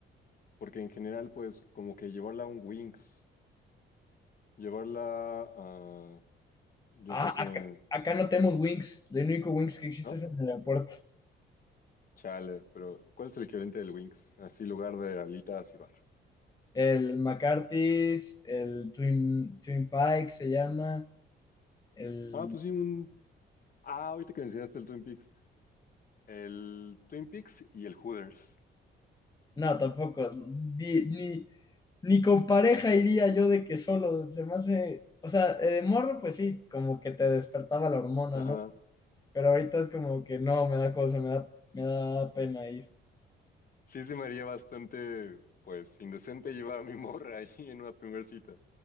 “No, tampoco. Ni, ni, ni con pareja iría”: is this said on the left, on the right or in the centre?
Left